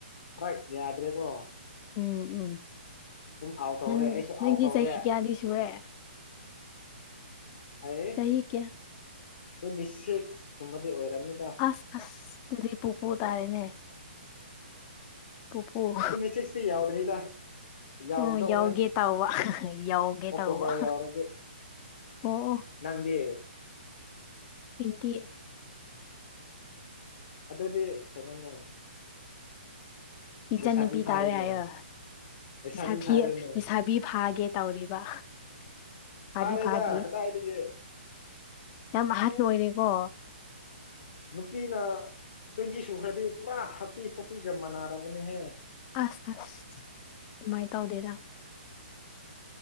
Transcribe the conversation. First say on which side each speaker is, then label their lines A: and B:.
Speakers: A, on the left; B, on the left.
A: ꯈꯔ ꯌꯥꯗ꯭ꯔꯦꯀꯣ
B: ꯎꯝ ꯎꯝ
A: ꯑꯗꯨꯝ ꯑꯥꯎ ꯇꯧꯔꯦ
B: ꯅꯪ
A: ꯑꯩꯁꯨ
B: ꯅꯪꯒꯤ
A: ꯑꯥꯎ ꯇꯧꯔꯦ
B: ꯆꯍꯤ ꯀꯌꯥꯗꯤ ꯁꯨꯔꯦ
A: ꯑꯩ
B: ꯆꯍꯤ ꯀꯌꯥ
A: ꯇꯥ꯭ꯋꯟꯇꯤꯁꯤꯛꯁ ꯀꯨꯝꯕꯗꯤ ꯑꯣꯏꯔꯝꯅꯤꯗ
B: ꯑꯁ ꯑꯁ ꯑꯗꯨꯗꯤ ꯄꯣꯄꯨ ꯇꯥꯔꯦꯅꯦ ꯄꯨꯄꯨ
A: ꯇꯤꯝ ꯑꯦꯁꯤꯁ ꯇꯤ ꯌꯥꯥꯎꯗ꯭ꯔꯤꯗ ꯌꯧꯒꯗꯧꯔꯦ
B: ꯑꯣ ꯌꯥꯎꯒꯦ ꯇꯧꯕ ꯌꯥꯎꯒꯦ
A: ꯑꯣꯛꯇꯣꯕ꯭ꯔ
B: ꯇꯧꯕ
A: ꯌꯧꯔꯗꯤ
B: ꯑꯣ ꯑꯣ
A: ꯅꯪꯗꯤ
B: ꯄꯤꯟꯇꯤ
A: ꯑꯗꯨꯗꯤ ꯀꯩꯅꯣꯅꯦ
B: ꯏꯆꯟ
A: ꯂꯩꯁꯥꯕꯤ
B: ꯅꯨꯄꯤ
A: ꯐꯥꯔꯦꯅꯦ
B: ꯇꯥꯔꯦ ꯍꯥꯏꯌꯦ
A: ꯂꯩꯁꯥꯕꯤ
B: ꯏꯁꯥ ꯊꯤꯌꯦ
A: ꯐꯥꯔꯦꯅꯦ
B: ꯏꯁꯥ ꯕꯤ ꯐꯥꯒꯦ ꯇꯧꯔꯤꯕ ꯐꯥꯗꯤ
A: ꯐꯥꯔꯦꯗ
B: ꯐꯥꯗ꯭ꯔꯤ
A: ꯀꯗꯥꯏꯗꯒꯤ
B: ꯌꯥꯝ ꯑꯍꯥꯟ ꯑꯣꯏꯔꯦꯀꯣ
A: ꯅꯨꯄꯤꯅ ꯇ꯭ꯋꯦꯟꯇꯤ ꯁꯨꯈ꯭ꯔꯗꯤ ꯄꯨꯔꯥ ꯊꯥꯔꯇꯤ ꯐꯣꯔꯇꯤꯒ ꯃꯥꯟꯅꯔꯕꯅꯦꯍꯦ
B: ꯑꯁ ꯑꯁ ꯑꯗꯨꯨꯃꯥꯏꯅ ꯇꯧꯗꯦꯗ